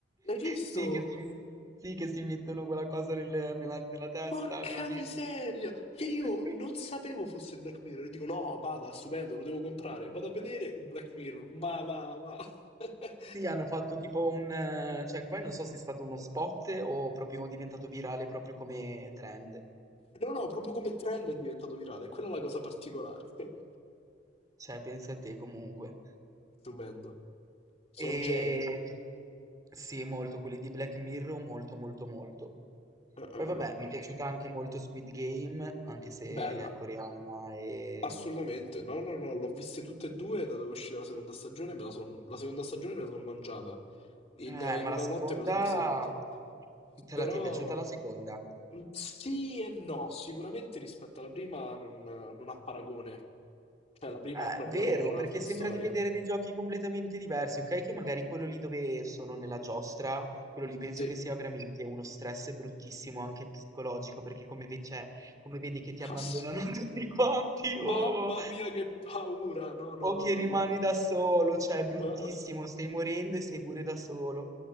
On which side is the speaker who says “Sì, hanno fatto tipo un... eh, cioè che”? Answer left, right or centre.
Right